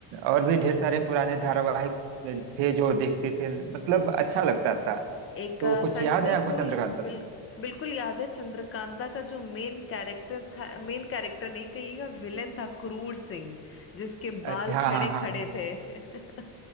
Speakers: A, on the right; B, on the left.
A: और भी ढेर सारे पुराने धारावाहिक थे जो देखते थे मतलब अच्छा
B: जी
A: लगता था
B: एक
A: तो कुछ
B: संडे
A: याद है आपको
B: को
A: चंद्रकांता
B: ही बिल,
A: से
B: बिल्कुल याद है चंद्रकांता का जो मेन कैरेक्टर था मेन कैरेक्टर नहीं कहिएगा विलेन था क्रूर सिंह जिसके
A: अच्छा
B: बाल
A: हाँ
B: खड़े
A: हाँ हाँ
B: खड़े थे <laughs>